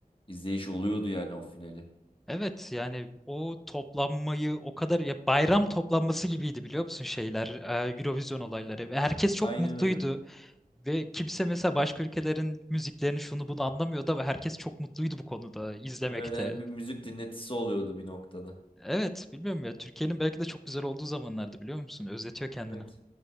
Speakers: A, on the left (about 35°); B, in the centre.
A: izleyiş oluyordu yani o finali.
B: Evet yani o toplanmayı o kadar ya bayram toplanması gibiydi biliyor musun şeyler e, Eurovision olayları ve herkes çok
A: Aynen
B: mutluydu
A: öyle.
B: ve kimse mesela başka ülkelerin müziklerini şunu bunu anlamıyordu ama herkes çok mutluydu bu konuda izlemekte.
A: Evet yani bir müzik dinletisi oluyordu bir noktada.
B: Evet bilmiyorum ya Türkiye'nin belki de çok güzel olduğu zamanlardı biliyor musun? Özletiyor kendini.
A: Evet.